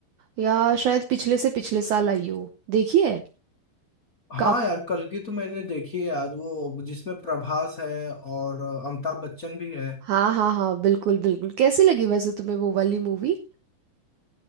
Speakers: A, on the right; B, on the left.
A: या शायद पिछले से पिछले साल आई हो देखी है
B: हाँ
A: काफ
B: यार कल की तो मैंने देखी है यार वो जिसमें प्रभास है और अमिताभ बच्चन भी है
A: हाँ हाँ हाँ बिल्कुल बिल्कुल कैसी लगी वैसे तुम्हें वो वाली मूवी